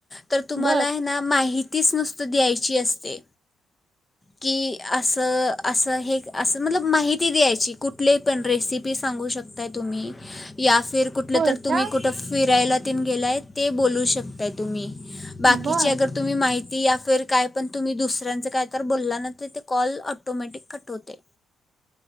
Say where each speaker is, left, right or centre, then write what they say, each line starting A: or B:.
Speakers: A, on the left (about 20°); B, on the right (about 50°).
A: तर तुम्हाला
B: बर
A: ना माहीती तीच नुसतं द्यायची असते की असं - असं हे असं मतलब माहिती द्यायची कुठली पण रेसिपी सांगू शकताय तुम्ही या- फिर कुठलं
B: होय
A: तर तुम्ही
B: का
A: कुठं फिरायला? गेलाय ते बोलू शकताय तुम्ही. बाकीची
B: बर
A: अगर तुम्ही माहिती या फिर काय पण तुम्ही दुसऱ्यांचं काय तर बोलला ना तर ते कॉल. ऑटोमॅटिक कट होतय.